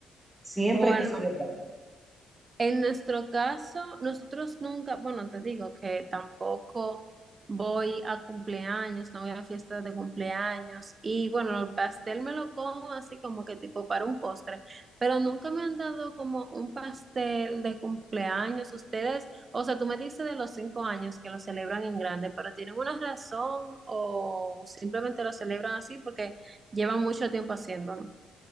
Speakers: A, on the right; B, on the right.
A: Siempre
B: Bueno,
A: hay que celebrar.
B: En nuestro caso, nosotros nunca, bueno, te digo que tampoco voy a cumpleaños, no voy a fiestas de cumpleaños y bueno, el pastel me lo como así como que tipo para un postre, pero nunca me han dado como un pastel de cumpleaños. Ustedes, o sea, tú me dices de los cinco años que lo celebran en grande, pero ¿tienen una razón o simplemente lo celebran así porque llevan mucho tiempo haciéndolo?